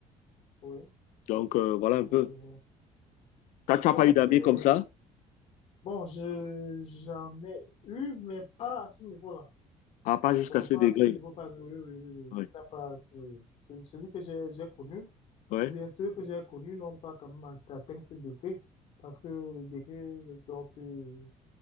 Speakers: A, on the left (about 50°); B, on the left (about 70°).
A: Oui.
B: Donc, euh, voilà un
A: Ah,
B: peu.
A: je vois.
B: T'as- Tu
A: Bon,
B: n'as pas eu d'amis
A: c'est.
B: comme ça?
A: Bon, je j'en ai eu, mais pas à ce niveau-là.
B: Ah, pas jusqu'à
A: Bon,
B: ce
A: pas
B: degré.
A: à ce niveau, pas. Oui, oui, oui. oui.
B: Ouais,
A: Il n'a pas. ce- ce- Celui que j'ai j'ai connu.
B: ouais,
A: Ou bien ceux que j'ai connus n'ont pas quand même at- atteint ce degré, parce que le degré dont tu,